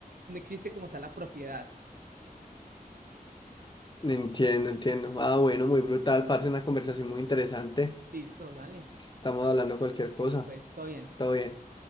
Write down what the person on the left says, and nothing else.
no entiendo, entiendo. Ah, bueno, muy brutal, parce, una conversación muy interesante.
Estamos hablando cualquier cosa.
Todo bien.